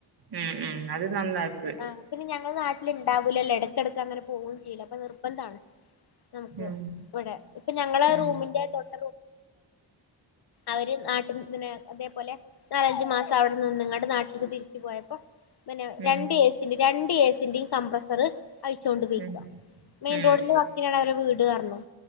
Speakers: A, on the right; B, on the left.
A: ഉം ഉം അത് നന്നായിപ്പോയി
B: ആഹ് പിന്നെ ഞങ്ങള് നാട്ടിലുണ്ടാവൂല്ലല്ലോ ഇടക്കിടക്ക് അങ്ങനെ പോവും ചെയ്ല്ല അപ്പ നിർബന്ധണ് നമുക്ക്
A: ഉം
B: ഇവിടെ ഇപ്പ ഞങ്ങളറൂമിന്റെ
A: ഉം
B: തൊട്ട് അവര് നാട്ടിന്നെനെ അതേപോലെ നാലഞ്ചു മാസം അവിടെ നിന്ന്ങ്ങാണ്ട് നാട്ടിൽക്ക് തിരിച്ചു പോയപ്പോ പിന്നെ
A: ഉം
B: രണ്ട് ഏ രണ്ട് എസിന്റെയും കംപ്രസറ് അഴിച്ചോണ്ട്പെയ്ക്ക
A: ഉം
B: മെയിൻ
A: ഉം
B: റോഡിന്റെ വ ക്കിനാണ് അവരെ വീട് അർഞ്ഞു